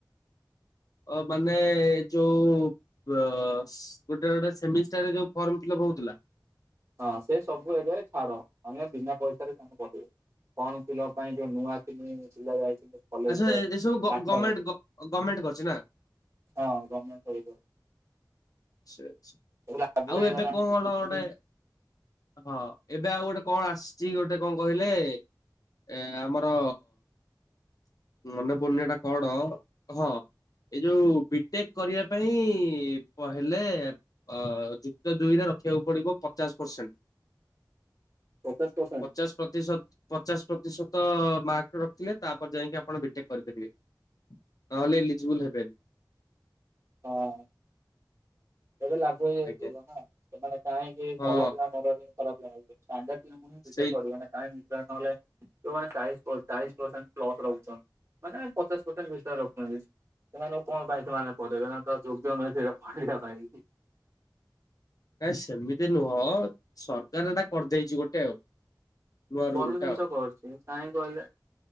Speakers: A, on the left; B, on the right.
A: ଅ ମାନେ ଏ ଯୋଉ ଅ ଗୋଟେ ଗୋଟେ ସେମିଷ୍ଟାର ରେ ଯୋଉ ଫର୍ମ ଫିଲପ୍ ହଉ ଥିଲା।
B: ହଁ ସେ ସବୁ ଏବେ ଛାଡ, ମାନେ ବିନା ପଇସାରେ <unintelligible> ଫର୍ମ ଫିଲପ୍ ପାଇଁ ଯୋଉ ନୂଆ କିି ପିଲା ଯାଇଛନ୍ତି। କଲେଜରେ
A: ଆଚ୍ଛା ଏସବୁ
B: ଦାଖଲ
A: ଗମେଣ୍ଟ
B: ହେବେ
A: ଗମେଣ୍ଟ କରଛି ନା।
B: ହଁ ଗମେ <unintelligible>
A: ଆଛା ଆଛା
B: ସବୁ ଲାଗୁ
A: ଆଉ
B: ହେଇଗଲାଣି
A: ଏବେ କଣ
B: ଯେତିକି
A: ଗୋଟେ ହଁ, ଏବେ ଆଉ ଗୋଟେ କଣ ଆସିଛି ଗୋଟେ କଁ କହିଲେ ଏ ଆମର ମନେ ପଡୁନି ଏଟା କଣ ହଁ। ଏଇ ଯୋଉ ବିଟେକ୍ କରିବା ପାଇଁ ହେଲେ ଅ ଯୁକ୍ତ ଦୁଇରେ ରଖିବାକୁ ପଡିବ ପଚାଶ ପରସେଣ୍ଟ।
B: ପଚାଶ ପରସେଣ୍ଟ
A: ପଚାଶ ପ୍ରତିଶତ ପଚାଶ ପ୍ରତିଶତ ମାର୍କ ରଖିଲେ ତାପରେ ଯାଇକି ଆପଣ ବିଟେକ୍ କରିପାରିବେ। ହଁ ହେଲେ ଇଲୀଜବୁଲ ହେବେନି।
B: ହଁ। ସେଇଟା ଲାଗୁ ହେଇ ଯାଇଥିବ
A: ଆଜ୍ଞା
B: ନା ସେମାନେ କାହିଁକି
A: ହଁ
B: ଭଲ ପିଲା ନରଖି ଖରାପ ପିଲା <unintelligible> ବିଟେକ
A: ସେଇ
B: କରିବାନୀ କାହିଁ ମିଛୁଟା ରେ ନହେଲେ ଯଉମାନେ ଚାଳିଶ ଚାଳିଶ ପରସେଣ୍ଟ ପ୍ଲସ ରଖୁଚନ୍ତି ମାନେ ପଚାଶ ପରସେଣ୍ଟ ଭିତରେ ରଖଛନ୍ତି। ସେମାନେ କଣ ପାଇଁ ସେମାନେ ପଢେଇବେ ସମାନେ ତ ଯୋଗ୍ୟ ନୁହେଁ ସେ ପଢିବା ପାଇଁ।
A: ନାଇଁ ସେମିତି ନୁହଁ ସରକାର ଏଟା କରିଦେଇଛି ଗୋଟେ ଆଉ। ନୂଆ
B: ଭଲ
A: ରୁଲ
B: ଜିନିଷ
A: ଟା ଆଉ।
B: କରୁଛି କାହିଁ କହିଲେ